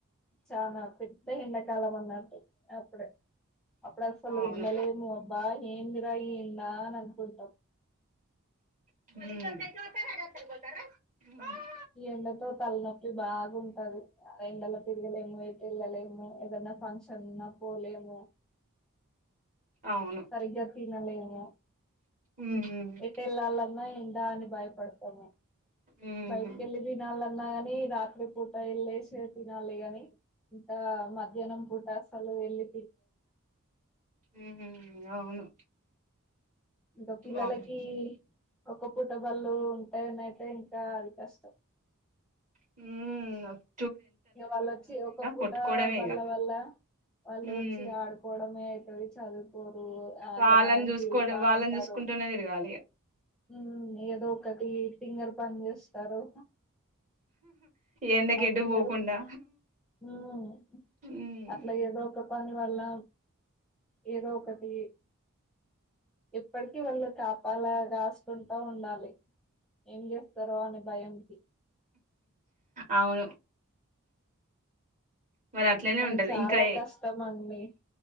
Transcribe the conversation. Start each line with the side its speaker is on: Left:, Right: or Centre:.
Centre: చానా పెద్ద ఎండాకాలం అన్నట్టు అప్పుడె అప్పుడసల్
Right: అవును
Centre: ఉండలేం అబ్బా ఎందిరా ఇ ఎండా అనుకుంటాం
Right: ఉమ్
Centre: ఈ ఎండతో తలనొప్పి బాగుంటది అ ఎండలో తిరగలేము ఏటు వెళ్ళలేము ఏదనా ఫంక్షన్ ఉన్న పోలేము
Right: అవును
Centre: సరిగ్గా తినలేము
Right: ఉమ్.
Centre: ఎట్ ఎళ్ళాలన్నా ఏండా అని భయపడతాము
Right: ఉమ్.
Centre: బయట్ కెళ్ళి తినాలన్నగాని రాత్రి పూట ఎల్లేశే తినాలి గని ఇంత మధ్యాహ్నం పూట అసలు ఎళ్ళి
Right: ఉం అవును
Centre: ఇంకా పిల్లలకి
Right: అవును.
Centre: ఒక్క పూట బళ్ళు ఉంటే నైట్ల దిఇంకా అది కష్టం
Right: ఉం
Centre: ఇగ వాళ్ళొచ్చి ఒక పూట
Right: కొట్టుకోవడమే
Centre: బల్ల
Right: ఇక
Centre: వల్ల వాళ్ళు
Right: ఉమ్.
Centre: వచ్చి ఆడుకోవడమే అది చదువుకోరు ఆగమాగం
Right: వాళ్ళని చూసుకోవడం
Centre: తిరుగుతా
Right: వాళ్ళని
Centre: ఉంటారు
Right: చూసుకుంటూనే తిరగాలి ఇగ
Centre: ఉమ్ ఏదో ఒకటి ఎ తింగరి పని చేస్తారు
Right: ఎండకి
Centre: ఆ
Right: ఎటు
Centre: తింగారి
Right: పోకుండా
Centre: ఉం
Right: హ్మ్.
Centre: అట్లా ఏదో ఒక పని వల్ల ఏదో ఒకటి ఇప్పడికీ వళ్ళు కాప్ వాళ్ళ కాస్కుంటా ఉండాలి ఏం చేస్తారో అనే భయంకి
Right: అవును మరి అట్లనే
Centre: కానీ
Right: ఉంటది
Centre: చాలా
Right: ఇంకా
Centre: కష్టం అండి